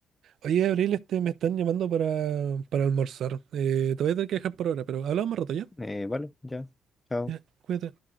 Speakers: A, on the right; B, on the left.
A: Oye, Abril, este, me están llamando para, para almorzar. Eh, te voy a tener que dejar por ahora, pero hablamos más rato ya.
B: Eh, vale, ya. Chao.
A: Ya, cuídate.